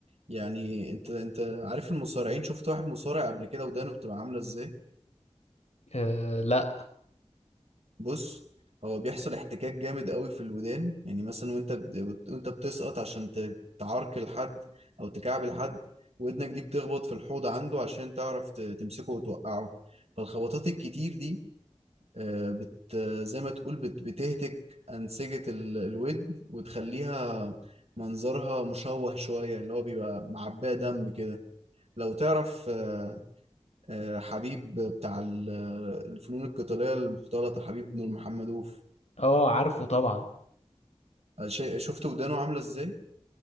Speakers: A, on the right; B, on the left.
A: يعني انت انت عارف المصارعين شفت واحد مصارع قبل كده ودانه بتبقى عاملة ازاي
B: آه لا
A: بص هو بيحصل احتكاك جامد قوي في الودان يعني مثلا وانت بت- وانت بتسقط عشان ت- تعركل حد او تكعبل حد ودنك دي بتخبط في الحوض عنده عشان تعرف ت- تمسكه وتوقعه فالخبطات الكتير دي آه، بت زي ما تقول بت بتهتك أنسجة ال- الودن وتخليها منظرها مشوه شوية اللي هو بيبقى معباه دم كده لو تعرف آه، آه، حبيب بتاع ال- الفنون القتالية المختلطة حبيب بن محمد أوف
B: اه عارفه طبعا
A: شيء شفت ودانه عامله ازاي